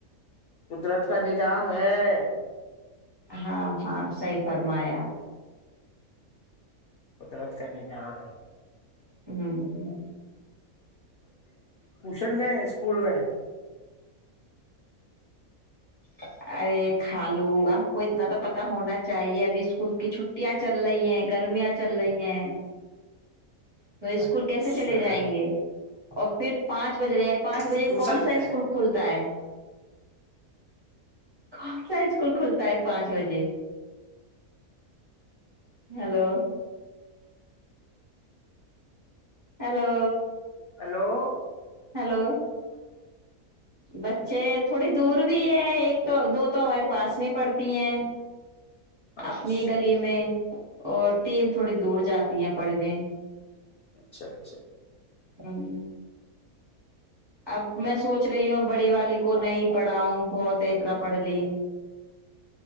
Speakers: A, on the left; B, on the right.
A: قدرت کا نظام ہے
B: ہاں ہاں صحیح فرمایا
A: قدرت کا نظام
B: ہوں ہ
A: پوشن گئے اسکول گئے
B: <unintelligible> ارے کھ لو آپ کو اتنا تو پتا ہونا چاہیے اب اسکول کی چھٹیاں چل رہی ہیں گرمیاں چل رہی ہیں تو اسکول
A: اچھا
B: کیسے چلے جائیں گے اور پھر پانچ بج رہے ہیں پانچ
A: اچھا
B: بجے
A: ٹیوشن
B: کون سا
A: گئے
B: اسکول
A: ہیں۔
B: کھلتا ہے کون سا اسکول کھلتا ہے پانچ بجے ہیلو ہیلو
A: ہلو
B: ہلو بچے تھوڑی دور بھی ہیں ایک تو دو تو ہمارے پاس میں پڑتی ہیں
A: اچھا
B: اپنی گلی میں اور تین تھوڑی دور جاتی ہیں پڑھنے
A: اچھا اچھا
B: ہوں اب میں سوچ رہی ہوں ا بڑے والے کو نہیں پڑھاؤوں بہت ہے اتنا پڑھ لی